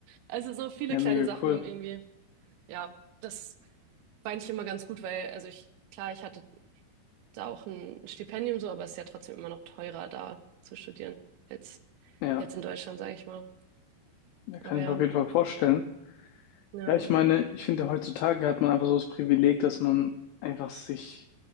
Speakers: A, on the right; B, on the left.
A: Also so viele
B: Ja,
A: kleine
B: mega
A: Sachen
B: cool.
A: um irgendwie, ja, das war eigentlich immer ganz gut, weil, also ich, klar, ich hatte da auch ein Stipendium so, aber es ist ja trotzdem immer noch teurer, da zu studieren, als
B: Ja,
A: jetzt in Deutschland, sage ich mal.
B: da
A: Aber
B: kann ich
A: ja,
B: mir auf jeden Fall vorstellen.
A: ja,
B: Ja, ich meine, ich finde, heutzutage hat man einfach so das Privileg, dass man einfach sich